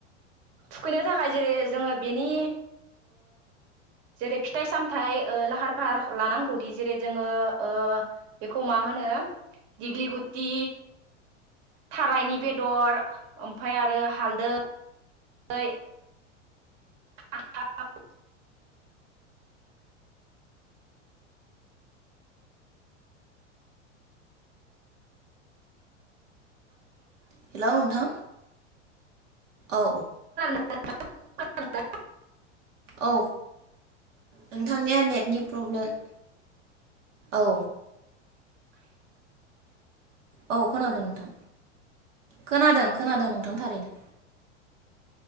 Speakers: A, on the right; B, on the right.
A: थुखैनो थाखाय जेरै जोङो बेनि जेरै फिथाइ - सामथायाइ लाहार - फाहार लानांगौदि जेरै जोङो ओ बेखौ मा होनो दिगलि गुथि थारायनि बेदर ओमफ्राय आरो हालदै दै <unintelligible>
B: हेल' नोंथां औ
A: हेलौ
B: औ नोंथांनिया नेटनि प्रब्लेम औ
A: <unintelligible>
B: औ खोनादों नोंथां खोनादों - खोनादों नोंथां थारैनो